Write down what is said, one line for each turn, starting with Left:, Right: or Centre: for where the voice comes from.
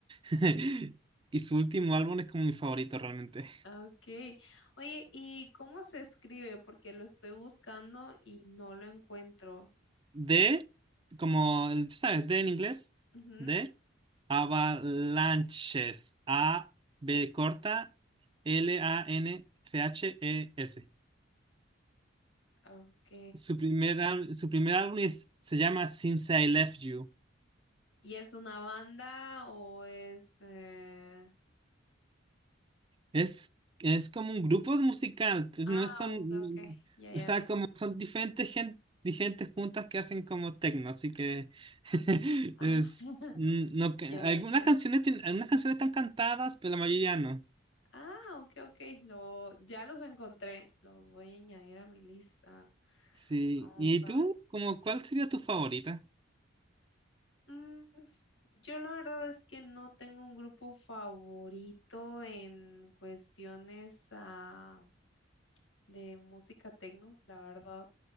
Right: <laughs> Y su último álbum es como mi favorito realmente.
Left: Ah, Ok. Oye, ¿y cómo se escribe? Porque lo estoy buscando y no lo encuentro.
Right: de, como, el- ¿sabes? De en inglés,
Left: Ujú,
Right: de avalanches. A, B corta, L, A, N, C, H, E, S.
Left: ah, Ok.
Right: Su primer, al- su primer álbum es- se llama Since I Left You.
Left: ¿Y es una banda o es... eh,
Right: Es, es como un grupo de musical, pues,
Left: Ah,
Right: no son,
Left: ok, ok. Ya, ya
Right: o sea,
Left: lo...
Right: como son diferentes gente, gentes juntas que hacen como techno, así que <laughs>
Left: Ah,
Right: es,
Left: <laughs>
Right: mm, no, que-
Left: ya,
Right: algunas
Left: ya, ya.
Right: canciones, tienen- algunas canciones están cantadas, pero la mayoría no.
Left: Ah, ok, ok. Lo, ya los encontré. Los voy a añadir a mi lista.
Right: Sí.
Left: Vamos
Right: ¿Y
Left: a
Right: tú?
Left: ver.
Right: ¿Cómo, cuál sería tu favorita?
Left: Mm, yo la verdad es que no tengo un grupo favorito en cuestiones ah, de música techno, la verdad.